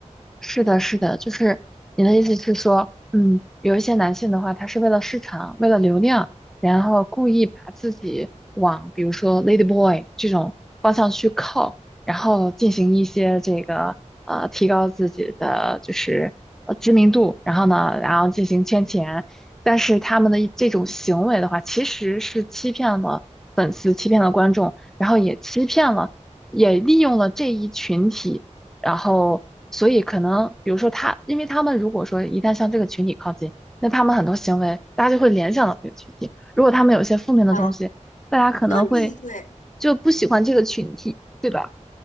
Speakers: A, in the centre; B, on the left (about 85°).
A: 是的，是的，就是你的意思是说，嗯，有一些男性的话，他是为了市场，为了流量，然后故意把自己往比如说 lady boy 这种方向去靠，然后进行一些这个呃提高自己的就是呃知名度，然后呢，然后进行圈钱，但是他们的一这种行为的话，其实是欺骗了粉丝，欺骗了观众，然后也欺骗了，也利用了这一群体。然后所以可能比如说他，因为他们如果说一旦向这个群体靠近，那他们很多行为大家就会联想到这个群体。如果他们有一些负面的东西，
B: 啊，
A: 大家可能会
B: 对对。
A: 就不喜欢这个群体，对吧？